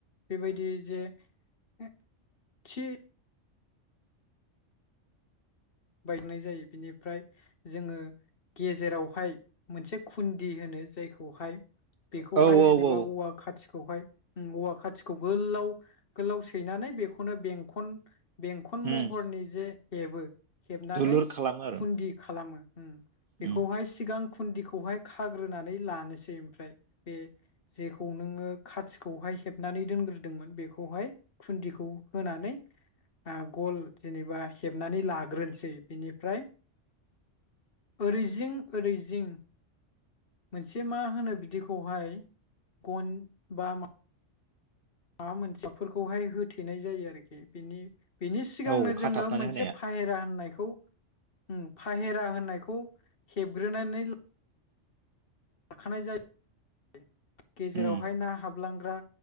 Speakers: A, on the left; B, on the right.
A: बेबायदि जे थि बायनाय जायो बिनिफ्राय जोङो गेजेरावहाय मोनसे खुन्दि होनो जायखौहाय बेखौहाय
B: औ
A: जेनेबा
B: औ
A: औवा खाथि खौहाय ओम औवा खाथिखौ गोलाव गोलाव सैनानै बेखौनो बेंखन बेंखन
B: उम
A: महरनि जे हेबो हेबनानै
B: दुलुर खालामो आरो
A: खुन्दि खालामो उम बेखौहाय
B: उम
A: सिगां खुन्दिखौहाय खाग्रोनानै लानोसै ओमफ्राय बे जेखौ नोङो खाथिखौहाय हेबनानै दोनग्रोदोंमोन बेखौहाय खुन्दिखौ होनानै गल जेनेबा हेबनानै ला ग्रोनसै बिनिफ्राय ओरैजिं ओरैजिं मोनसे मा होनो बिदिखौहाय गन बा मा माबा मोनसेफोरखौहाय होथेनाय जायो आरोखि बेनि बिनि सिगांनो
B: औ खाथाबनानै
A: जोङो मोनसे
B: होनाया
A: फाहेरा होननाय खौ उम फाहेरा होननायखौ हेबग्रोनानै ला खाखानाय जायो गेजेरावहाय
B: उम
A: ना हाब लांग्रा